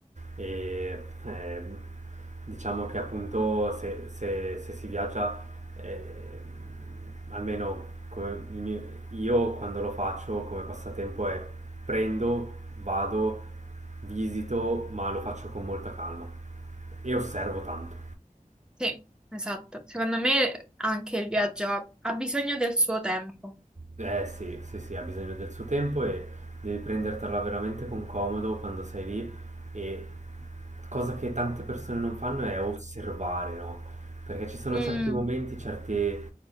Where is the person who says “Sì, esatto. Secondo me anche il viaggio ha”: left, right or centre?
Centre